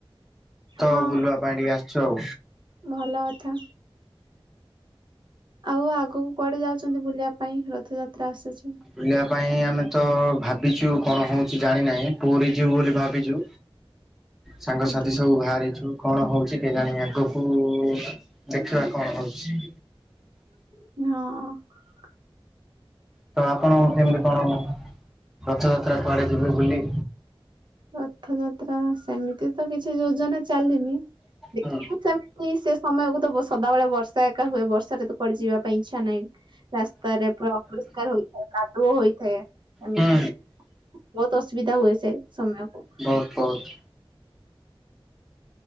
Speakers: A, in the centre; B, on the right.
A: ତ
B: ହଁ
A: ବୁଲିବା ପାଇଁ ଟିକେ ଆସିଛୁ ଆଉ
B: ଭଲ କଥା ଆଉ ଆଗକୁ କୁଆଡେ ଯାଉଛନ୍ତି ବୁଲିବା ପାଇଁ ରଥଯାତ୍ରା ଆସୁଛି
A: ବୁଲିବା ପାଇଁ ଆମେ ତ ଭାବିଛୁ କଣ ହଉଛି ଜାଣି ନାହିଁ ପୁରି ଯିବୁ ବୋଲି ଭାବିଛୁ ସାଙ୍ଗସାଥି
B: ଆଜ୍ଞା
A: ସବୁ ବାହାରିଛୁ କଣ ହଉଛି କେଜାଣି ଆଗକୁ ଦେଖିବା କଣ ହଉଛି
B: ହଁ
A: ତ ଆପଣ କେମିତି କଣ ରଥଯାତ୍ରା କୁଆଡେ ଯିବେ ବୁଲି?
B: ରଥ ଯାତ୍ରା ସେମିତି ତ କିଛି ଯୋଜନା ଚାଲିିଲି ଦେଖିବୁ
A: ହଁ
B: ସେମିତି ସେ ସମୟକୁ ତ ବସ ସଦାବେଳେ ବର୍ଷା ଏକା ହୁଏ ବର୍ଷାରେ ତ କୁଆଡେ ଯିବା ପାଇଁ ଇଚ୍ଛା ନାହିଁ। ରାସ୍ତାରେ ପୁରା ଅପରିଷ୍କାର ହୋଇଥାଏ କାଦୁଅ ହୋଇଥାଏ। ଏମିତି
A: ହୁଁ
B: ବହୁତ ଅସୁବିଧା ହୁଏ ସେ। ସମୟକୁ
A: ବହୁତ ବହୁତ।